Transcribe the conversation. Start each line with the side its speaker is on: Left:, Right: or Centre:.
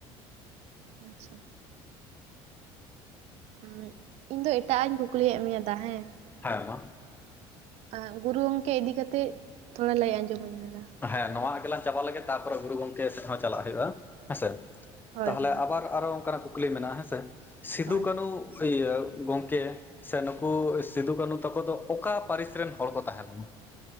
Right: ᱟᱪᱪᱷᱟ᱾ ᱮᱸᱜ, ᱤᱧ ᱫᱚ ᱮᱴᱟᱜ ᱟᱜ ᱤᱧ ᱠᱩᱠᱞᱤᱭᱮᱫ ᱢᱮᱭᱟ ᱫᱟ ᱦᱮᱸ?
Left: ᱦᱮᱸ ᱢᱟ᱾
Right: ᱮᱸᱜ, ᱜᱩᱨᱩ ᱜᱚᱝᱠᱮ ᱤᱫᱤ ᱠᱟᱛᱮᱜ ᱛᱷᱚᱲᱟ ᱞᱟᱹᱭ ᱟᱸᱡᱚᱢᱟᱹᱧ ᱢᱮ ᱫᱟ᱾
Left: ᱦᱮᱸ ᱱᱚᱣᱟ ᱜᱮᱞᱟᱝ ᱪᱟᱵᱟᱜ ᱞᱮᱜᱮ, ᱛᱟᱨᱯᱚᱨᱮ ᱜᱩᱨᱩ ᱜᱚᱝᱠᱮ ᱥᱮᱫ ᱦᱚᱸ ᱪᱟᱞᱟᱜ ᱦᱩᱭᱩᱜ-ᱟ ᱦᱮᱸᱥᱮ
Right: ᱦᱳᱭ
Left: ᱛᱟᱦᱞᱮ
Right: ᱦᱳᱭ
Left: ᱟᱵᱟᱨ᱾ ᱟᱨᱚ ᱚᱝᱠᱟᱱᱟᱜ ᱠᱩᱠᱞᱤ ᱢᱮᱱᱟᱜ-ᱟ ᱦᱮᱸ ᱥᱮ, ᱥᱤᱫᱩ
Right: ᱦᱳᱭ
Left: ᱠᱟᱹᱱᱩ ᱤᱭᱟᱹ ᱜᱚᱝᱠᱮ ᱥᱮ ᱱᱩᱠᱩ ᱥᱤᱫᱩ ᱠᱟᱹᱱᱩ ᱛᱟᱠᱚ ᱫᱚ ᱚᱠᱟ ᱯᱟᱹᱨᱤᱥ ᱨᱮᱱ ᱦᱚᱲ ᱠᱚ ᱛᱟᱦᱮᱸ ᱞᱮᱱᱟ?